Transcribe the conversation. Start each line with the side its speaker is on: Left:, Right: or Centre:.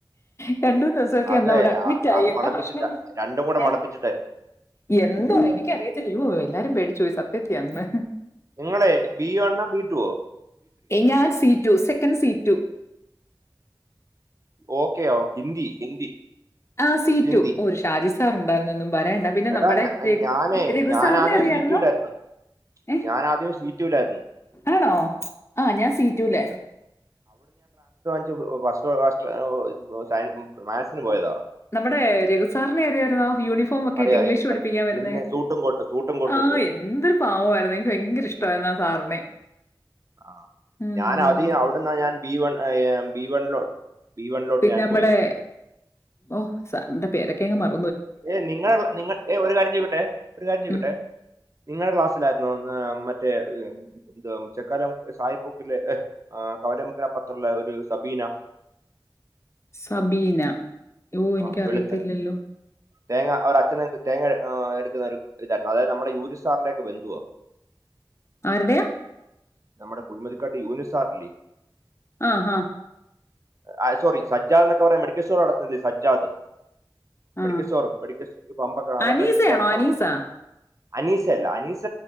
Left: വന്ന് രണ്ടൂ മൂന്ന് ദിവസം ഒക്കൊ
Right: അത്
Left: അന്ന് അവിടെ അഡ്മിറ്റായി
Right: ആ- അത്
Left: എന്താ
Right: മണപ്പിച്ചിട്ടാ
Left: പ്രശ്നോന്ന്
Right: രണ്ടും കൂടെ
Left: ഏ
Right: മണപ്പിച്ചിട്ടായിരിക്കും
Left: എന്തോ എനിക്കറിയത്തില്ല യ്യോ എല്ലാരും പേടിച്ചു പോയി സത്യത്തി അന്ന്.
Right: നിങ്ങളെ ബി വണ്ണോ ബി ടൂവോ?
Left: ഏ ഞാൻ സീറ്റു സെക്കൻഡ് സീറ്റു.
Right: ഓക്കെ ഓ ഹിന്ദി. ഹിന്ദി
Left: ആ സീ
Right: ഹിന്ദി
Left: റ്റു ഓ ഷാജി സാർുണ്ടായിരുന്നൊന്നും പറയണ്ട പിന്നെ
Right: എടാ
Left: നമ്മടെ
Right: ഞാ-
Left: രഘു
Right: ഞാനേ
Left: രഘു
Right: ഞാൻ
Left: സാറിനെറിയായിരുന്നോ
Right: ആദ്യം സി ടുവിലായിരുന്നു
Left: എ
Right: ഞാൻ ആദ്യം സി ടുവിലായിരുന്നു
Left: ആണോ ആ ഞാൻ സീറ്റൂല്
Right: <unintelligible> ഒ സയൻ മാക്സിനു പോയത
Left: നമ്മടെ രഘുസാറിനെയറിയായിരുന്നോ യൂണിഫോംക്കെട്ട്
Right: അറിയാം
Left: ഇംഗ്ലീഷ്
Right: അറിയാം
Left: പഠിപ്പിക്കാൻ
Right: അറിയാം
Left: വരുന്നേ
Right: പിന്നെ സൂട്ടും കോട്ടും സൂട്ടും കോട്ടും
Left: ആ
Right: ഇട്ട് വരും
Left: എന്തൊരു പാവയിരുന്നു എനിക്ക് ഭയങ്കര ഇഷ്ടായിരുനു ആ സാറിനെ
Right: ആ
Left: ഉം.
Right: ഞാൻ ആദ്യം അവിടുന്ന ഞാൻ B one I A B one ലോട്ട് ബി വൺലോട്ട്
Left: പിന്നെ
Right: ഞാൻ
Left: നമ്മുടെ
Right: പോയത്
Left: ഓ സാറിന്റെ പേരൊക്കെ ങ് മറ
Right: ഏ നിങ്ങളെ നിങ്ങൾ ഏ ഒരുകാര്യം ചോയ്ക്കട്ടെ ഒരുകാര്യം ചോയ്ക്കട്ടെ
Left: ഉം.
Right: നിങ്ങളെ ക്ലാസ്സിലായിരുന്നോ മറ്റേ ഹ് എന്ത ചെക്കാല സായികൂപ്പിലെ ആ കവലമുക്കിലെ അപ്പർത്തുള്ള ഒരു സബീന
Left: സബീന ഓ എനിക്കറിയത്തില്ലല്ലോ
Right: ആ വെളുത്ത തേങ്ങ അവടച്ഛൻ തേങ്ങ എടുത്തരുന്ന ഒരുതായിരുന്നു അതായത് നമ്മുടെ യൂനുസാറിന്റൊക്കെ ബന്ധുവാ
Left: ആരുടെയാ
Right: നമ്മടെ കുഴിമതിക്കാട്ട് യൂനുസാറില്ലേ
Left: ആ ഹ
Right: ആ സോറി സജ്ജാന്നൊക്കെ പറയാ മെഡിക്കൽ സ്റ്റോർ നടത്തിൻല്ലേ സജ് ജാത്
Left: ആ
Right: മെഡിക്കൽ സ്റ്റോർ മെഡിക്കൽ സ്റ്റോർ പമ്പൊക്കെ അവരുടെ
Left: അനീസയാണോ
Right: ചേട്ടനമോ
Left: അനീസ
Right: അനീസയല്ല അനീസ